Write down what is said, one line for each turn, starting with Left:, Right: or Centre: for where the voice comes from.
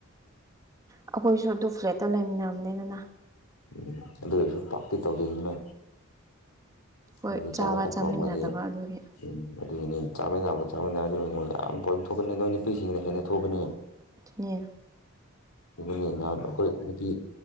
Right: ꯑꯩꯈꯣꯏꯁꯨ ꯑꯗꯨ ꯐ꯭ꯂꯦꯠꯇ ꯂꯩꯃꯤꯟꯅꯕꯅꯤꯅꯅ
Left: ꯎꯝ ꯑꯗꯨꯗꯁꯨ ꯄꯥꯛꯇꯤ ꯇꯧꯗꯣꯏꯁꯤꯅꯦ
Right: ꯍꯣꯏ
Left: ꯎꯝ ꯆꯥꯎꯥ
Right: ꯆꯥꯕ
Left: ꯊꯛ
Right: ꯆꯥꯃꯤꯟꯅꯗꯕ
Left: ꯃ ꯃ
Right: ꯑꯗꯨꯒꯤ
Left: ꯎꯝ ꯑꯗꯨꯒꯤꯅꯤ ꯆꯥꯃꯤꯟꯅꯕ ꯆꯥꯃꯤꯟꯅꯔ ꯑꯗꯨ ꯑꯩꯉꯣꯟꯗ ꯌꯥꯝ ꯄꯣꯏꯝ ꯊꯣꯛꯀꯅꯤ ꯅꯣꯏ ꯅꯨꯄꯤꯁꯤꯡꯁꯤꯅ ꯍꯦꯟꯅ ꯊꯣꯛꯀꯅꯤ
Right: ꯅꯤ
Left: ꯑꯗꯨꯅꯤꯅ ꯑꯩꯈꯣꯏ ꯅꯨꯄꯤ